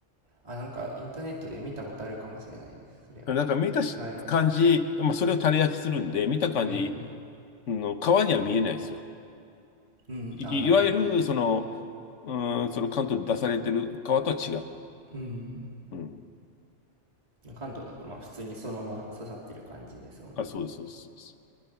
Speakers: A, on the right (about 35°); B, on the left (about 80°).
A: あ、なんかインターネットで見たことあるかもしれないです、それは。
B: なんか見たし感じ、
A: はい。
B: まあ、それをタレ焼きするんで、見た感じ、
A: うん。
B: の皮には見えないですよ。
A: うん、
B: い、
A: ああ、なるほど。
B: いわゆる、その、うん、その関東で出されてる皮とは違う。
A: うん。
B: うん。
A: 関東だと、まあ、普通にそのまま刺さってる感じですもんね。
B: あ、そうです、そうです。そうです